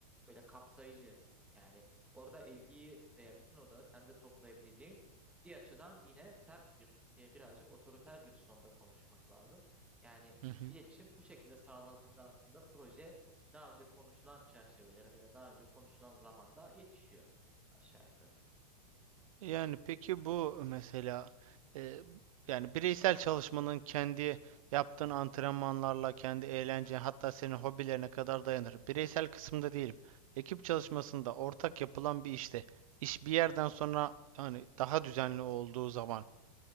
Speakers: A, in the centre; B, on the right.
A: böyle kapsayıcı yani orada ilgiyi veya bütün odağı sende toplayabileceğin bir açıdan yine sert bir e, birazcık otoriter bir sonda konuşmak lazım. Yani
B: Hı hı.
A: iletişim bu şekilde sağlandığında aslında proje daha önce konuşulan çerçevelere veya daha önce konuşulan zamanda yetişiyor aşağı yukarı.
B: Yani peki bu mesela e, yani bireysel çalışmanın kendi yaptığın antrenmanlarla, kendi eğlence hatta senin hobilerine kadar dayanır. Bireysel kısımda değilim. Ekip çalışmasında ortak yapılan bir işte iş bir yerden sonra hani daha düzenli olduğu zaman